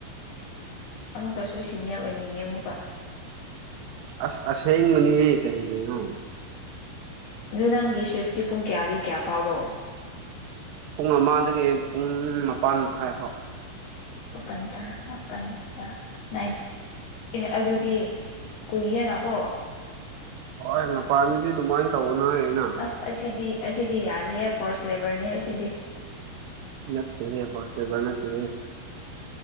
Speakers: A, on the left (about 75°); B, on the right (about 80°).
A: ꯑꯃꯨꯛꯀꯁꯨ ꯁꯤꯅꯤꯌꯔ ꯑꯣꯏꯅꯤꯡꯉꯦ ꯑꯃꯨꯛꯀ
B: ꯑꯁ ꯑꯁ ꯑꯁꯦꯡꯕꯅꯤꯅꯦ ꯀꯔꯤꯅꯣ
A: ꯑꯗꯨ ꯅꯪꯒꯤ ꯁꯤꯐꯇꯤ ꯄꯨꯡ ꯀꯌꯥꯗꯤ ꯀꯌꯥ ꯐꯥꯎꯔꯣ
B: ꯄꯨꯡ ꯑꯃꯗꯒꯤ ꯄꯨꯡ ꯃꯄꯥꯟ ꯃꯈꯥꯏꯐꯥꯎ
A: ꯄꯟ ꯇꯔ ꯄꯟ ꯇ ꯅꯥꯏꯟꯠ ꯑꯦ ꯑꯗꯨꯗꯤ ꯀꯨꯏꯌꯦꯅꯀꯣ
B: ꯍꯣꯏ ꯃꯄꯥꯟꯗꯗꯤ ꯑꯗꯨꯃꯥꯏꯅ ꯇꯧꯅꯔꯤꯅ
A: ꯑꯁ ꯑꯁꯤꯗꯤ ꯑꯁꯤꯗꯤ ꯌꯥꯗꯦ ꯐꯣꯔꯁ ꯂꯦꯕꯔꯅꯦ ꯑꯁꯤꯗꯤ
B: ꯅꯠꯇ ꯍꯁꯒꯔ ꯅꯠꯇ